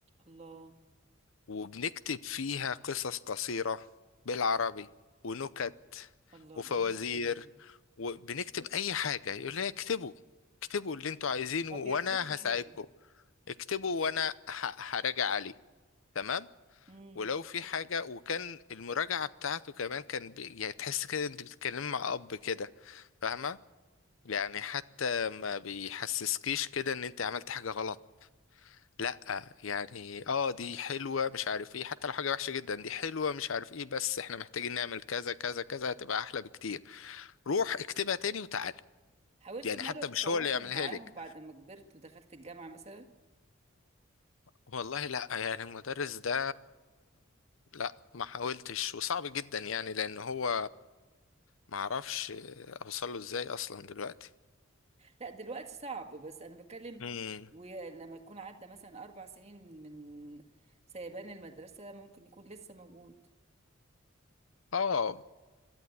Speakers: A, on the right; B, on the left.
A: الله
B: وبنكتب فيها قصص قصيرة بالعربي ونكت
A: الله
B: وفوازير
A: جميل الراجل ده
B: وبنكتب اي حاجة يقول لنا اكتبوا اكتبوا اللي انتوا عايزينه
A: ما
B: وانا
A: بيرفضش حاجة
B: هساعدكم اكتبوا وانا ه- هراجع عليه تمام
A: امم
B: ولو في حاجة وكان المراجعة بتاعته كمان كان بي... يعني تحس كده انت بتتكلمي مع اب كده فاهمة يعني حتى ما بيحسسكيش كده ان انت عملت حاجة غلط لا يعني اه دي حلوة مش عارف ايه حتى لو حاجة وحشة جدا دي حلوة مش عارف ايه بس احنا محتاجين نعمل كذا كذا كذا هتبقى احلى بكتير روح اكتبها تاني وتعال
A: حاولت
B: يعني
A: مرة
B: حتى مش
A: تتواصل
B: هو اللي يعملها
A: معاهم
B: لك
A: بعد ما كبرت ودخلت الجامعة مثلا
B: والله لا يعني المدرس ده لا ما حاولتش وصعب جدا يعني لان هو ما اعرفش اوصله ازاي اصلا دلوقتي
A: لا دلوقتي صعب بس انا بتكلم
B: امم
A: ولما يكون عدى مثلا اربع سنين من من سيبان المدرسه ممكن يكون لسه موجود
B: اه